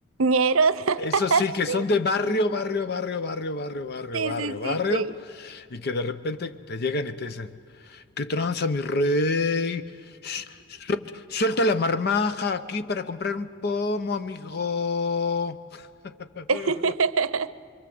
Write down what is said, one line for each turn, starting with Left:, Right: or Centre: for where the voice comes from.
Right: Ñeros.
Left: Eso sí,
Right: <laughs>
Left: que son de barrio, barrio, barrio, barrio, barrio, barrio,
Right: Sí,
Left: barrio,
Right: sí,
Left: barrio,
Right: sí, sí,
Left: y que de repente te llegan y te dicen, ¿qué tranza, mi rey? Sh- Suelta la marmaja aquí para comprar un pomo, amigo. <laughs>
Right: sí. <laughs>